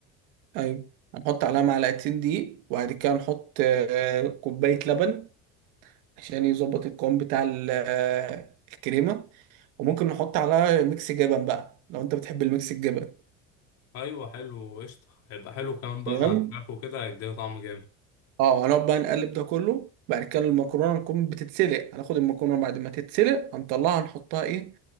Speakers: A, on the right; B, on the left.
A: ايوه هنحط عليها معلقتين دقيق وبعد كده نحط آه، كوباية لبن عشان يظبط القوام بتاع ال- آه، الكريمة وممكن نحط عليها ميكس جبن بقى لو انت بتحب الميكس الجبن
B: ايوه حلو قشطة هيبقى حلو كمان بقى
A: تمام
B: مع الفراخ وكده هيديها طعم جامد
A: اه هنقعد بقى نقلب ده كله بعد كده المكرونة نكون بتتسلق هناخد المكرونة بعد ما تتسلق هنطلعها نحطها ايه